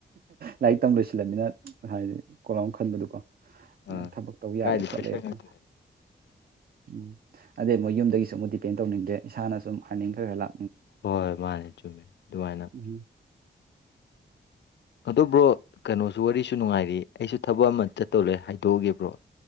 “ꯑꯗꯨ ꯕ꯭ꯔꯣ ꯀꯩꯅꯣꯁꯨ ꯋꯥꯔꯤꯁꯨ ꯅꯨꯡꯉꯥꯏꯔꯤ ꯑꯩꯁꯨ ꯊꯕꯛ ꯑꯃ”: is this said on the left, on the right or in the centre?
Left